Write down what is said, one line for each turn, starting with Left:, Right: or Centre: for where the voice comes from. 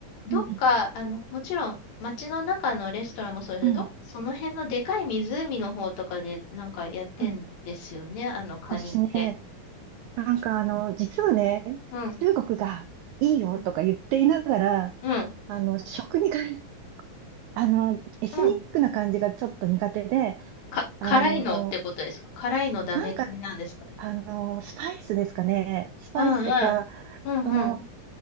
Left: どっか、
Right: うん
Left: あの、もちろん、街の中のレストランもそうですけど、
Right: うん、
Left: どっかその辺のでかい湖の方とかでなんかやってんですよね、
Right: うん、
Left: あのカニって。
Right: 私ね、なんかあの、実はね、
Left: うん、
Right: 中国がいいよとか言っていながら、
Left: うん、うん、
Right: あの、食にか、<laughs> あの、エスニックな感じがちょっと苦手で、
Left: うん。か、
Right: あの、
Left: 辛いのってことですか辛いのダメ系なんですか
Right: なんか、あの、スパイスですかね、スパイスとか、
Left: うん、うん、うん、
Right: その、
Left: うん、